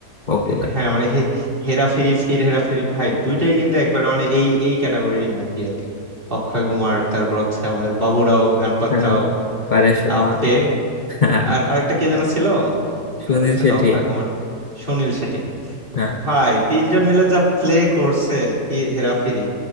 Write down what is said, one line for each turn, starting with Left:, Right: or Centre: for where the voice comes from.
Left: পপুলার
Right: আহ, হ্যাঁ মানে হে- হেরাফেরি ফির হেরাফেরি ভাই দুইটাই কিন্তু একবার মানে এই এই ক্যাটাগরির মুভি আর কি অক্ষয় কুমার তারপর হচ্ছে আমাদের বাবুরাও গণপত
Left: হ্যাঁ
Right: রাও
Left: পারেশ রাওয়াল,
Right: আপটে
Left: হ্যাঁ
Right: আর আরেকটা কে যেন ছিল
Left: সুনীল
Right: ওদের সাথে
Left: শেঠি
Right: অক্ষয় কুমার সুনীল শেঠি
Left: হ্যাঁ
Right: ভাই তিনজন মিলে যা প্লে করছে ফি- হেরাফেরি